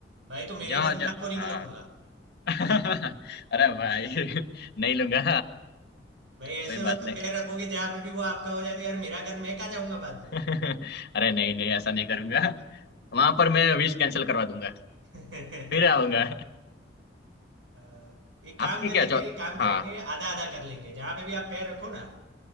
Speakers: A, on the right (about 90°); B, on the left (about 60°).
A: भाई तो मेरे
B: जहाँ
A: घर
B: जहाँ
A: में आपको नहीं
B: हाँ
A: बुलाऊंगा
B: <laughs> अरे भाई नहीं लूंगा
A: भाई
B: कोई
A: ऐसे मतलब
B: बात नहीं
A: पैर रखोगे जहाँ पे भी वो आपका हो जाए तो यार मेरा घर मैं कहाँ जाऊंगा बाद में
B: <laughs> अरे नहीं नहीं ऐसा नहीं करूंगा वहां पर मैं विश कैंसिल करवा दूंगा
A: <laughs>
B: फिर आऊंगा
A: अ, एक काम
B: आपकी
A: करेंगे
B: क्या चौ
A: एक काम
B: हाँ
A: करेंगे आधा आधा कर लेंगे जहाँ पे भी आप पैर रखो ना